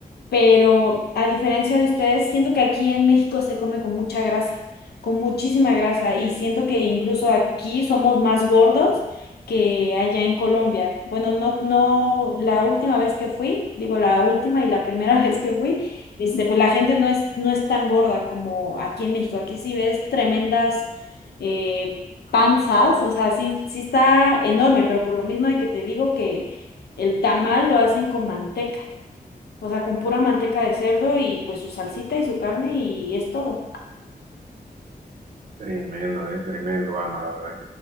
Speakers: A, on the left; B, on the right.
A: pero a diferencia de ustedes, siento que aquí en México se come con mucha grasa, con muchísima grasa, y siento que incluso aquí somos más gordos que allá en Colombia. Bueno, no, no, la última vez que fui, digo la última y la primera <laughs> vez que fui, este, pues la gente no es, no es tan gorda como aquí en México. Aquí sí ves tremendas eh, panzas, o sea, sí, sí está enorme, pero por lo mismo de que te digo que el tamal lo hacen con manteca. O sea, con pura manteca de cerdo y pues su salsita y su carne y es todo.
B: Tremendo, eh, tremendo, Alma. La verdad es